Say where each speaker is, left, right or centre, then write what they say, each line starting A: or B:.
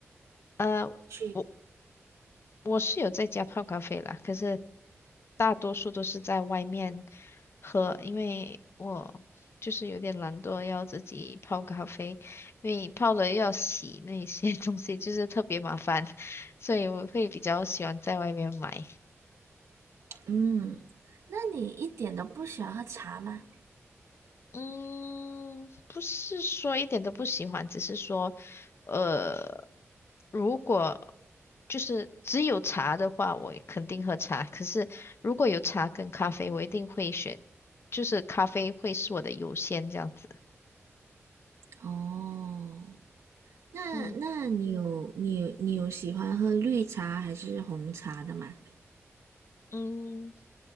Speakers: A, on the left; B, on the right.
A: 呃，
B: 去？
A: 我我是有在家泡咖啡啦，可是大多数都是在外面喝，因为我就是有点懒惰，要自己泡咖啡，因为泡了又要洗那些 <laughs> 东西，就是特别麻烦，所以我会比较喜欢在外面买。
B: 嗯，那你一点都不喜欢喝茶吗？
A: 嗯，不是说一点都不喜欢，只是说，呃。如果就是只有茶的话，我也肯定喝茶。可是如果有茶跟咖啡，我一定会选，就是咖啡会是我的优先这样子。
B: 哦，那那你有你有你有喜欢喝绿茶还是红茶的吗？
A: 嗯嗯，